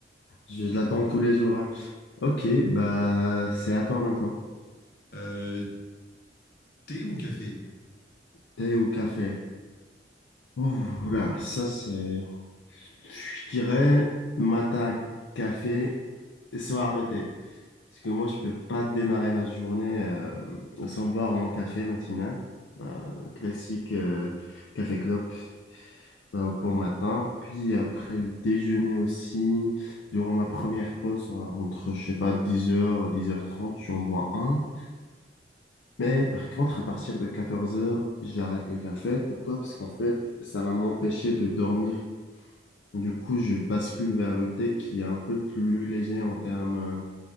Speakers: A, on the left (about 75°); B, on the left (about 55°).
A: Je, je l'attends tous les jours. hein. Ok, bah c'est à toi maintenant.
B: Euh, thé ou café?
A: Thé ou café? Oh, là, ça c'est. Je dirais matin café, soir le thé. Parce que moi, je peux pas démarrer ma journée euh, sans boire mon café matinal. Bah, classique euh, café clope bah, au bon matin. Puis après le déjeuner aussi, durant ma première pause, hein, entre, je sais pas, 10h, 10h30, j'en bois un. Mais par contre, à partir de 14h, j'arrête le café. Pourquoi? Parce qu'en fait, ça va m'empêcher de dormir du coup, je bascule vers le thé qui est un peu plus léger en termes, euh,